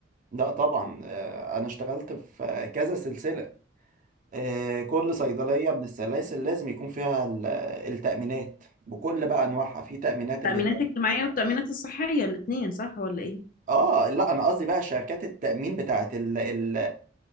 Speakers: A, on the right; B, on the left.
A: لا طبعا آه، أنا اشتغلت في آه، كذا سلسلة آه، كل صيدلية من السلاسل لازم يكون فيها ال- التأمينات بكل بقى أنواعها في تأمينات
B: التأمينات
A: اللي هي
B: الاجتماعية والتأمينات الصحية الاتنين صح ولا ايه؟
A: آه لا أنا قصدي بقى شركات التأمين بتاعة ال... ال...